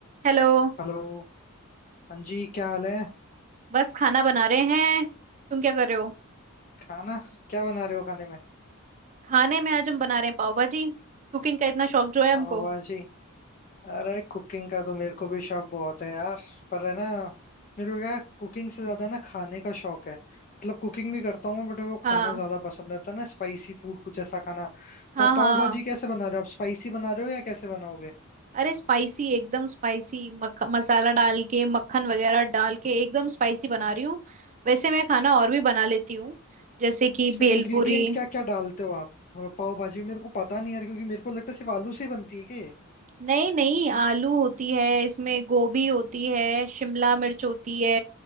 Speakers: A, on the right; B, on the left.
A: Hello
B: Hello हाँ जी क्या हाल है
A: बस खाना बना रहे हैं तुम क्या कर रहे हो
B: खाना क्या बना रहे हो खाने में
A: खाने में आज हम बना रहे हैं पाव भाजी कुकिंग का इतना शौक जो है
B: पाव
A: हमको
B: भाजी अरे कुकिंग का तो मेरे को भी शौक बहुत है यार पर है ना मेरे को क्या कुकिंग से ज्यादा ना खाने का शौक है मतलब कुकिंग भी करता हूँ मैं बट मेरे को
A: हाँ
B: खाना ज्यादा पसंद आता है ना स्पाइसी फूड कुछ ऐसा खाना
A: हाँ
B: तो आप
A: हाँ
B: पाव भाजी कैसे बना रहे हो आप स्पाइसी बना रहे हो या कैसे बनाओगे
A: अरे स्पाइसी एकदम स्पाइसी मख, मसाला डाल के मक्खन वगैरह डाल के एकदम स्पाइसी बना रही हूँ वैसे मैं खाना और भी बना लेती हूँ जैसे कि
B: इसमें
A: भेलपूरी
B: इंग्रेडिएंट क्या क्या डालते हो आप अ, पाव भाजी में मेरे को पता नहीं यार क्योंकि मेरे को लगता है सिर्फ आलू से ही बनती है के
A: नहीं नहीं आलू होती है इसमें गोभी होती है शिमला मिर्च होती है